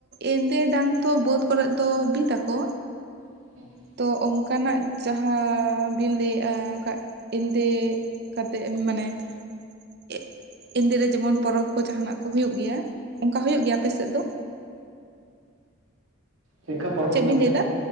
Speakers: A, on the right; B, on the right.
A: ᱮᱸᱫᱮ ᱰᱟᱝ ᱛᱚ ᱵᱟᱹᱫᱽ ᱠᱚᱨᱮ ᱫᱚ ᱵᱤᱫ ᱟᱠᱚ᱾
B: <inaudible>
A: ᱛᱚ ᱚᱱᱠᱟᱱᱟᱜ ᱡᱟᱦᱟᱸ ᱵᱤᱱ ᱞᱟᱹᱭᱮᱫᱼᱟ ᱚᱱᱠᱟ ᱮᱸᱫᱮ ᱠᱟᱛᱮᱫ ᱢᱟᱱᱮ ᱮᱫ ᱮᱸᱫᱮ ᱨᱮ ᱡᱮᱢᱚᱱ ᱯᱚᱨᱚᱵᱽ ᱠᱚ ᱡᱟᱦᱟᱱᱟᱜ ᱠᱚ ᱦᱩᱭᱩᱜ ᱜᱮᱭᱟ ᱚᱱᱠᱟ ᱦᱩᱭᱩᱜ ᱜᱮᱭᱟ ᱟᱯᱮ ᱥᱮᱫ ᱫᱚ?
B: ᱪᱮᱫᱠᱟ ᱯᱚᱨᱚᱵᱽ
A: ᱪᱮᱫ
B: ᱢᱮᱱᱛᱮᱫ?
A: ᱵᱤᱱ ᱞᱟᱹᱭ ᱮᱫᱟ